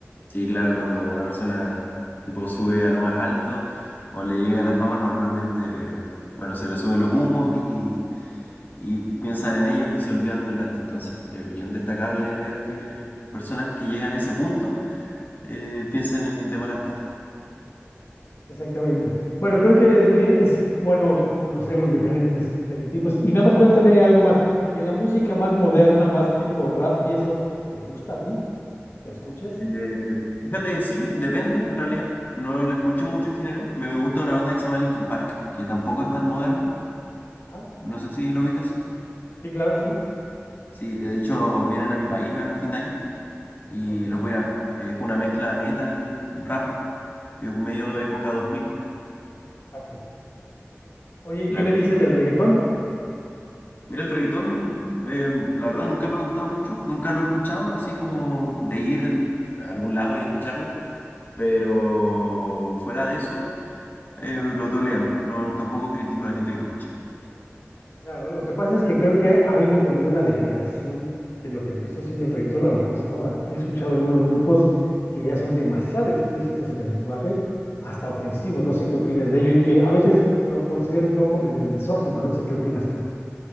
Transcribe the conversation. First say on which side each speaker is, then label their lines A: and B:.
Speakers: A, on the left; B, on the left.
A: Sí, claro, cuando una persona tipo sube a lo más alto o le llega la fama, normalmente, bueno, se le suben los humos y y piensan en ellos y se olvidan del resto. Entonces, es bien destacable ver que personas que llegan a ese punto eh, piensen en demás artistas.
B: Exactamente. Bueno, creo que es, eh, es bueno conocer los diferentes estereotipos. Y nada más cuéntame algo más de la música más moderna, más tipo rap y eso. ¿Te gusta a ti? ¿La escuchas?
A: Eh, fíjate, sí, depende en realidad. No la escucho mucho en general. Me gusta una banda que se llama Linkin Park, que tampoco es tan moderna.
B: Ah,
A: No sé si lo ubicas.
B: sí, claro, sí.
A: Sí, de hecho vienen a mi país a fin de año y
B: Ok,
A: los voy a ver. Es una mezcla de metal, rap, que es medio época 2000.
B: exacto. Oye, ¿y
A: Claro,
B: qué me dices del reggaetón?
A: Mira, el reggaetón, eh, la verdad, nunca me ha gustado mucho, nunca lo he escuchado, así como de ir a algún lado y escucharlo, pero fuera de eso, eh, lo tolero, no, tampoco critico a la gente que lo escucha.
B: Claro, lo que pasa es que creo que ha habido como una degeneración de lo que empezó siendo el reggaetón a lo que es ahora. He escuchado algunos grupos que ya son demasiado explícitos en el lenguaje, hasta ofensivo, no sé qué opinas de ello, y que a veces lo considero un poco medio misógino, no sé qué opinas tú.